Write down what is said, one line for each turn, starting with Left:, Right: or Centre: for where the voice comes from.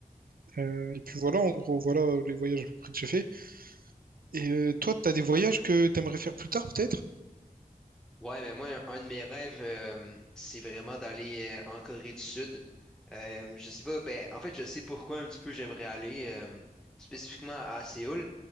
Right: Euh, et puis voilà, en gros, voilà les voyages à peu près que j'ai fait. Et euh, toi, t'as des voyages que t'aimerais faire plus tard, peut-être?
Centre: Ouais, mais moi, un, un de mes rêves, euh, c'est vraiment d'aller euh, en Corée du Sud. Euh, je sais pas, ben, en fait, je sais pourquoi un petit peu j'aimerais aller euh, spécifiquement à Séoul.